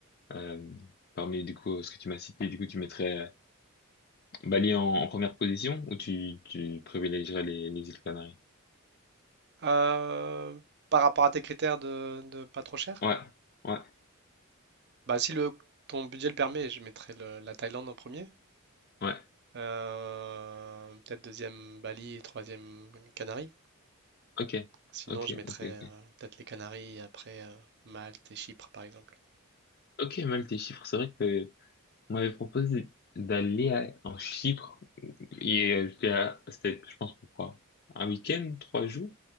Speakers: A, on the left; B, on the right.
A: euh, parmi du coup ce que tu m'as cité. Du coup, tu mettrais euh, Bali en, en première position ou tu, tu privilégierais les, les îles Canaries?
B: Euh, par rapport à tes critères de, de pas trop cher,
A: Ouais, ouais,
B: bah si le ton budget le permet, je mettrais le- la Thaïlande en premier,
A: ouais.
B: Euh, peut-être deuxième Bali et troisième Canaries.
A: Ok,
B: Sinon,
A: ok,
B: je mettrais
A: ok, ok.
B: euh, peut-être les Canaries et après euh, Malte et Chypre par exemple.
A: Ok, mal tes chiffres. C'est vrai que on m'avait proposé d'aller à- en Chypre et euh, c'était, à- c'était, je pense, pourquoi? Un week-end, trois jours.